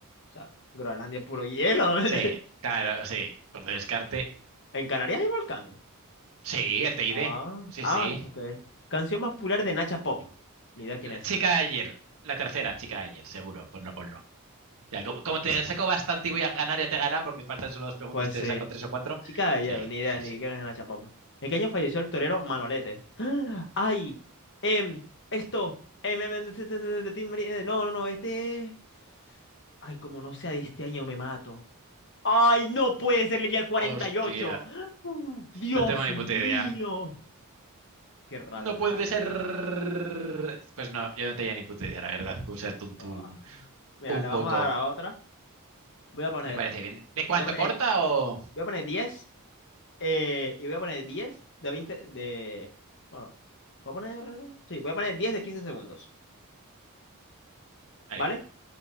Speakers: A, on the left; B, on the right.
A: O sea, Groenlandia es puro hielo. <laughs>
B: sí, claro, sí. Por descarte.
A: En Canarias hay volcán.
B: Sí, el TID.
A: Ah,
B: Sí,
A: ah,
B: sí.
A: ok. Canción más popular de Nacha Pop. Ni idea quién
B: La
A: es.
B: chica de ayer. La tercera chica de ayer, seguro. Pues no ponlo. Ya, como, como te saco bastante y voy a ganar, ya te he ganado porque faltan solo dos preguntas
A: Pues
B: y te
A: sí.
B: saco tres o cuatro.
A: Chica de ayer,
B: Sí,
A: ni idea,
B: sí,
A: ni
B: sí.
A: quién es la chapapa. ¿En qué año falleció el torero Manolete? <gasps> ¡Ay! Em, esto. Em, em, em, este, este, este, este, Tin Marín, eh, no, no, no, este. es- Ay, como no sea de este año, me mato. ¡Ay, no puede ser! Leí al cuarenta
B: Hostia.
A: y ocho <gasps> ¡Dios
B: No tengo ni
A: mío!
B: puta idea.
A: ¡Qué rabia
B: No
A: me
B: puede
A: da!
B: ser. Pues no, yo no tenía ni puta idea, la verdad. Puse el tuntún
A: No. Mira,
B: un
A: le vamos
B: poco.
A: a dar a otra. Voy a poner.
B: Me parece bien. ¿De cuánto
A: Voy a poner,
B: corta o...?
A: voy a poner 10 eh, y voy a poner 10 de 20 De. Bueno, Voy a poner. Sí, voy a poner 10 de 15 segundos.
B: Vale,
A: ¿Vale?